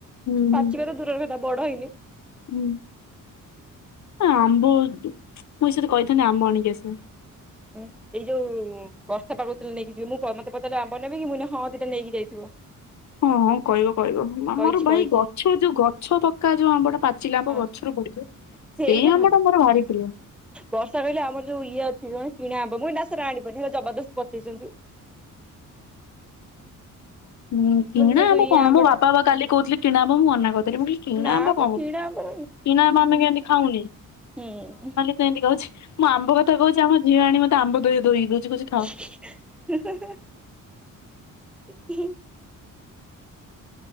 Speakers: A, on the left (about 60°); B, in the centre.
A: ହୁଁ
B: ପାଚିବାର ଦୂରର କଥା ବଡ ହେଇନି।
A: ହୁଁ ଆମ୍ବ ମୁଇ ସତ କହିଥାନ୍ତି ଆମ୍ବ ଆଣିକି ଆସେ।
B: ହୁଁ ଏଇ ଯୋଉ ବର୍ଷା <unintelligible> ନେଇକି ଯିବି ମୁଁ ମତେ ପଚାରିଲେ ଆମ୍ବ ନେବି କି ମୁଁ କଇଲି ହଁ ସେଟା ନେଇକି ଯାଇଥିବ।
A: ହଁ ହଁ କହିବ କହିବ ଆମର
B: କହିଛି
A: ଭାଇ
B: କହିଛି
A: ଗଛ ଯୋଉ ଗଛ ପକା ଯୋଉ ଆମ୍ବଟା ପାଚିଲା ଆବ
B: ହଁ
A: ଗଛରୁ ପଡି
B: ସେଇଟା
A: ସେଇ ଆମ୍ୱ
B: ଭଲ।
A: ଟା ମୋର ଭାରି ପ୍ରିୟ।
B: ବର୍ଷା କହିଲେ ଆମର ଯୋ ଇଏ ଅଛି କଣ କିଣା ଆମ୍ୱ ମୁଁ ନା ସେରା ଆଣିବନି ହେ ଜବରଦସ୍ତ୍ ପଚୋଉଚନ୍ତି।
A: ହୁଁ କିଣା
B: ମୁଁ କହିଲି ସେ
A: ଆମ୍ବ
B: ଯୋଉ ଇଏ
A: କଣ
B: ଆମ୍ବଟା
A: ମୋ ବାପା ବା କାଲି କହୁଥିଲେ କିଣା ଆମ୍ବ ମୁଁ ମନା କଦେଲି ମୁଁ କାଇଲି କିଣା
B: ନା
A: ଆମ୍ୱ
B: ମ
A: କଣ ଅବ।
B: କିଣା ଆମ୍ବ
A: କିଣା ଆମେ କେମିତି ଖାଉ
B: ହୁଁ।
A: ସେମତି କହୁଛି ମୁ ଆମ୍ବ କଥା କହୁଚି ଆମ ଝିଅ ଆଣି ମତେ ଆମ୍ବ ଦି ଧୋଇ ଦଉଛି କହୁଚି ଖାଓ।
B: <unintelligible> ହୁଁ